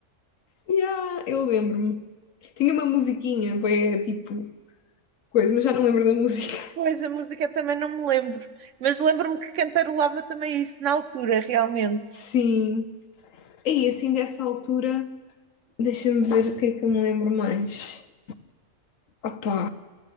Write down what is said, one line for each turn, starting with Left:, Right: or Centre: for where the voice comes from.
Left: Yeah, eu lembro-me. Tinha uma musiquinha, bem, tipo, coisa, mas já não lembro da música.
Right: Pois, a música também não me lembro, mas lembro-me que cantarolava também isso na altura, realmente,
Left: <laughs> Sim. E assim, dessa altura, deixa-me ver o que é que eu me lembro mais. Opá,